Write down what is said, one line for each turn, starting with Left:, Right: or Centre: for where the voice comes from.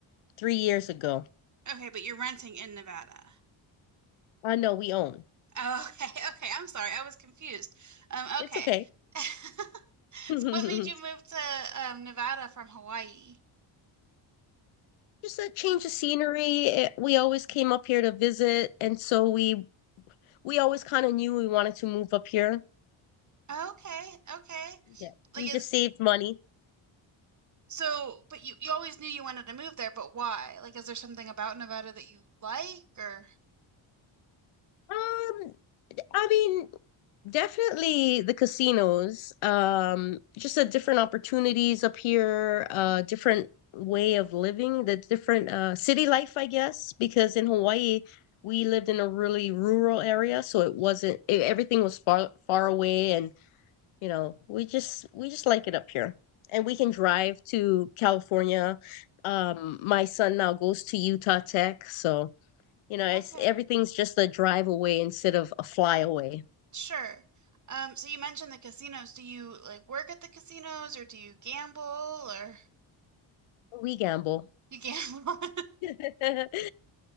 Left: three years ago.
Right: okay, but you're renting in Nevada.
Left: I know we own.
Right: Oh, okay, <laughs> okay. I'm sorry, I was confused. Um,
Left: It's
Right: okay.
Left: okay.
Right: <laughs>
Left: <laughs> Just
Right: So what made you move to um, Nevada from Hawaii?
Left: a change of scenery. Eh, We always came up here to visit, and so we we always kind of knew we wanted to move up here.
Right: Okay, okay.
Left: Yeah.
Right: Like
Left: We
Right: is
Left: just saved money.
Right: so, but you you always knew you wanted to move there, but why? Like, is there something about Nevada that you like or?
Left: Um, I mean, definitely the casinos. Um, just a different opportunities up here, uh,
Right: Mhm,
Left: different way of living, the different uh city life, I guess, because in Hawaii we lived in a really rural area, so it wasn't
Right: Sure.
Left: e- everything was far far away, and you know we just we just like it up here, and we can drive to California. Um, my son now goes to Utah Tech, so you know it's
Right: Okay,
Left: everything's just a drive away instead of a fly away.
Right: sure. Um, so you mentioned the casinos. Do you like work at the casinos or do you gamble or
Left: We gamble.
Right: you gamble? <laughs>
Left: <laughs>